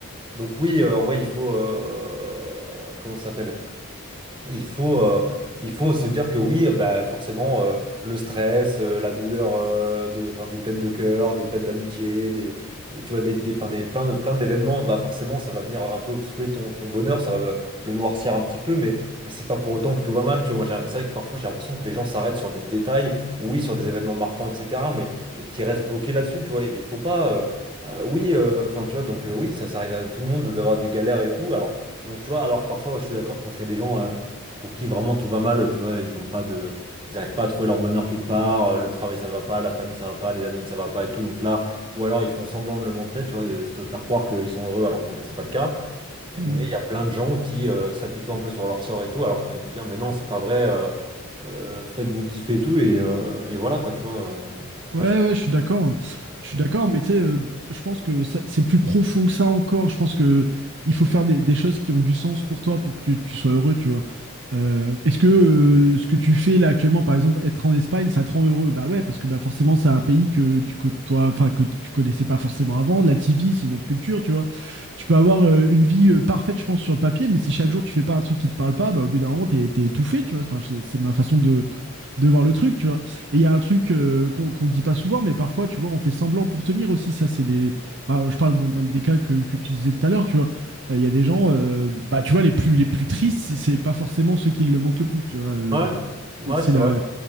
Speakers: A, on the right (about 20°); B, on the right (about 55°).
A: donc oui, euh, en vrai, il faut... euh, comment ça s'appelle? Il faut, euh, il faut se dire que oui, euh, bah, forcément, euh, le stress, euh, la douleur euh, de, 'fin, des peines de cœur, des peines d'amitié, des, des- tu vois, des, des, 'fin, des, plein, de- plein d'événements, bah, forcément, ça va venir un peu obstruer ton, ton bonheur, ça va euh, le noircir un petit peu, mais, mais c'est pas pour autant que tout va mal. Tu vois, Moi, j'ai- c'est vrai que parfois, j'ai l'impression que les gens s'arrêtent sur des détails, oui, sur des événements marquants, etc., mais et qui restent bloqués là-dessus, tu vois. Et, ben, il faut pas. euh, euh, oui, euh, enfin, tu vois, donc euh, oui, ça, ça arrive à tout le monde d'avoir des galères et tout. Alors, donc, tu vois, alors parfois, je suis d'accord, je pense qu'il y a des gens. euh, pour qui vraiment tout va mal, tu vois, ils ont pas de, ils arrivent pas à trouver leur bonheur quelque part, euh, le travail ça va pas, la famille ça va pas, les amis ça va pas et tout, donc là, ou alors ils font semblant de le montrer, tu vois, euh, se faire croire qu'ils sont heureux alors qu'en fait c'est pas le cas,
B: Hmm.
A: mais il y a plein de gens qui euh, s'apitoient un peu sur leur sort et tout, alors que t'as envie de te dire, mais non, c'est pas vrai, euh, euh, faites-vous kiffer et tout, et, euh, et voilà quoi, tu vois, euh, enfin,
B: Ouais,
A: je...
B: ouais, je suis d'accord. Je suis d'accord, mais tu sais, euh, je pense que ça- c'est plus profond que ça encore. Je pense que il faut faire des, des choses qui ont du sens pour toi, pour que tu, tu sois heureux, tu vois. Euh, est-ce que euh, ce que tu fais là actuellement, par exemple, être en Espagne, ça te rend heureux? Bah ouais, parce que bah forcément, c'est un pays que tu côtoies, enfin que tu connaissais pas forcément avant. La TV, c'est une autre culture, tu vois. Tu peux avoir euh, une vie euh, parfaite, je pense, sur le papier, mais si chaque jour tu fais pas un truc qui te parle pas, bah au bout d'un moment, t'es, t'es étouffé, tu vois. Enfin, c'est c'est ma façon de voir le truc, tu vois. Et il y a un truc euh, qu'on qu'on dit pas souvent, mais parfois, tu vois, on fait semblant pour tenir aussi. Ça, c'est des. bah, je parle de- dans des cas que, que tu disais tout à l'heure, tu vois. Euh, Il y a des gens, euh, bah, tu vois, les plus, les plus tristes, c'est pas forcément ceux qui le montrent le plus, tu vois. Euh,
A: Ouais, ouais,
B: c'est c'est
A: c'est
B: la,
A: vrai.